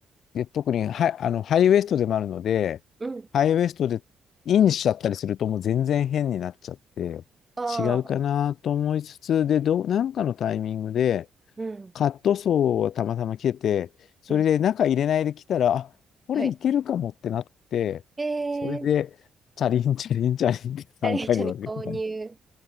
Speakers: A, on the left; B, on the right.
A: で、特にハイ、あの、ハイウエストでもあるので、
B: うん。
A: ハイウエストでインしちゃったりするともう全然変になっちゃって、
B: ああ、
A: 違うかなと思いつつ、で、どう、なんかのタイミングで、
B: うん。
A: カットソーをたまたま着てて、それで中入れないで来たら、
B: うん
A: あ、これいけるかもってなって、
B: はい。えー、
A: それで、チャリンチャリンチャリンって3回に分けてたね
B: ありがとうに購入。